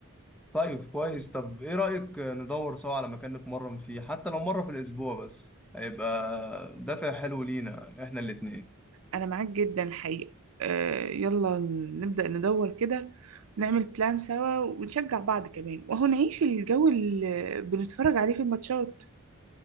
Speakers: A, in the centre; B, on the right.
A: طيب كويس طب ايه رايك ندور سوا على مكان نتمرن فيه حتى لو مره في الاسبوع بس هيبقى دافع حلو لينا احنا الاتنين
B: أنا معاك جدا الحقيقة آه يلا نبدأ ندور كده ونعمل بلان سوا ونشجع بعض كمان وهو نعيش الجو اللي بنتفرج عليه في الماتشات